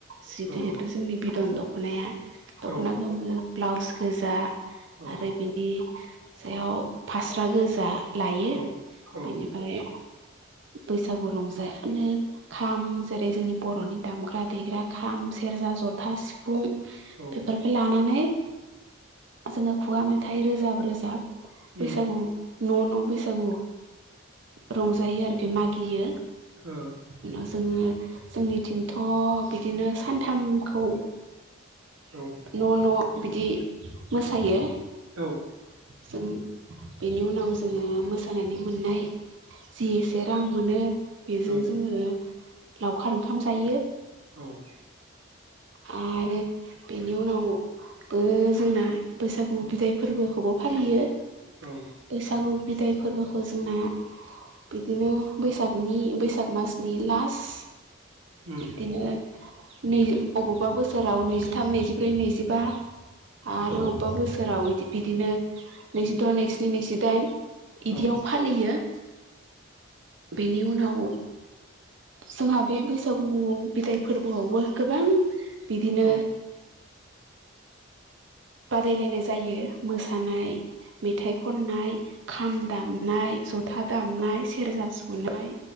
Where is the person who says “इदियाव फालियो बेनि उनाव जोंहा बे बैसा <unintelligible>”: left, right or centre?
Right